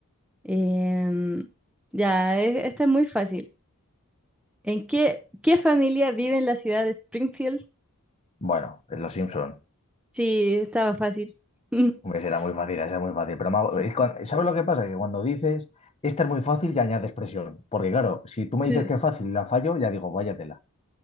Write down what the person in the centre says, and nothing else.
Em, ya, e- esta es muy fácil. ¿En qué, qué familia vive en la ciudad de Springfield?
Sí, estaba fácil. <laughs>
Sí,
Eh,